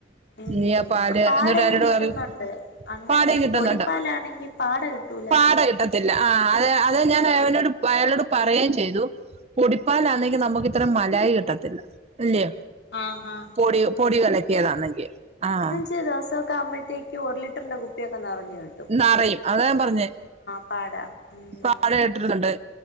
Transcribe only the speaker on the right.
നീ ആ
പാല്
എന്നിട്ട് അവരോട്
പറയും
പാടേ കിട്ടുന്നുണ്ട്
പാട കെട്ടത്തില്ല ആ അത അതെ ഞാൻ അവനോട് പ്പഅയളോട് പറയേം ചെയ്തു പൊടിപ്പാലാന്നെങ്കി നമ്മക്കിത്ര മലായി കിട്ടത്തില്ല ല്ലേ
പൊടി പൊടികലക്കിയതാണല്ലേ ആഹ്
നറയും അതാ ഞാം പറഞ്ഞേ
പാട കേട്ട്ന്നുണ്ട്